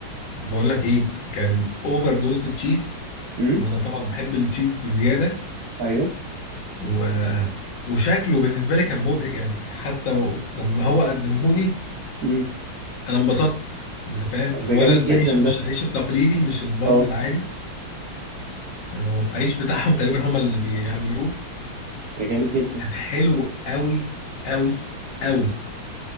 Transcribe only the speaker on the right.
امم
ايوه
امم
طب
ده جامد
جدا
ده
اه
ده جامد جدا